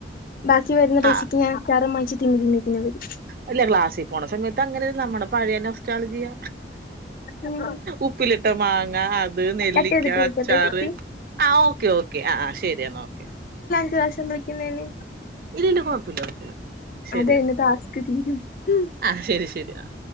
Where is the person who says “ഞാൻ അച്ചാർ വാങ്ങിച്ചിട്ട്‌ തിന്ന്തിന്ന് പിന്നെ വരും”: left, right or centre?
Left